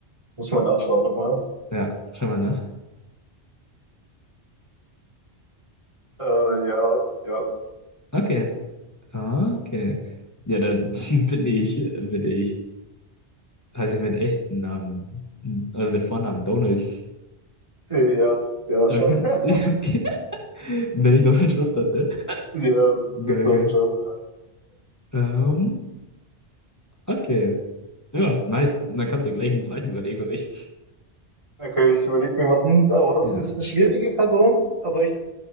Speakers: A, on the right; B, on the left.
A: Muss mal nachschauen nochmal.
B: ja, schau mal nach.
A: Äh, ja, ja.
B: Okay. Ah, Okay. Ja, dann <laughs> bin ich, bin ich, heiße ich mit echten Namen, also mit Vornamen Donald.
A: Äh, Ja, ja,
B: Okay.
A: schon. <laughs>
B: <laughs> Okay. Bin ich Donald Trump dann, ne?
A: Ja, das
B: Geil,
A: ist so
B: geil.
A: ein Job. ja.
B: Ähm, okay. Ja, nice. Und dann kannst du ja gleich einen zweiten überlegen für mich.
A: Okay, ich überlege mir jemanden, aber das
B: Ja.
A: ist eine schwierige Person, aber ich,